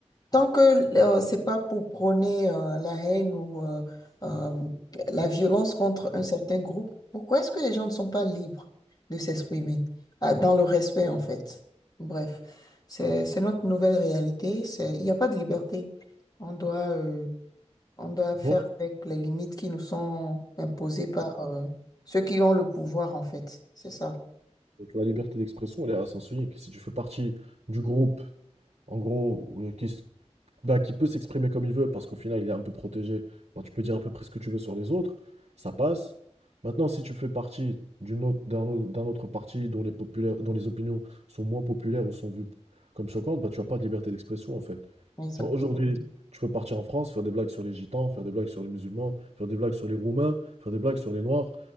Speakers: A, on the left; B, on the right.
A: Tant que euh, c'est pas pour prôner euh, la haine ou euh, euh, la violence contre un certain groupe, pourquoi est-ce que les gens ne sont pas libres de s'exprimer? Ah, dans le respect, en fait. Bref, c'est, c'est notre nouvelle réalité. C'est, il n'y a pas de liberté. On doit, euh, on doit faire
B: Ouais.
A: avec les limites qui nous sont imposées par euh, ceux qui ont le pouvoir, en fait. C'est ça.
B: Et La liberté d'expression, elle est à sens unique. Si tu fais partie du groupe, en gros, où- qui, s- bah, qui peut s'exprimer comme il veut, parce qu'au final, il est un peu protégé, bah, tu peux dire à peu près ce que tu veux sur les autres, ça passe. Maintenant, si tu fais partie d'une autre, d'un autre, d'un autre parti dont les populaires, dont les opinions sont moins populaires ou sont vues comme choquantes, bah, tu n'as pas de liberté d'expression, en fait.
A: Exact.
B: Genre, aujourd'hui, tu peux partir en France, faire des blagues sur les gitans, faire des blagues sur les musulmans, faire des blagues sur les Roumains, faire des blagues sur les Noirs.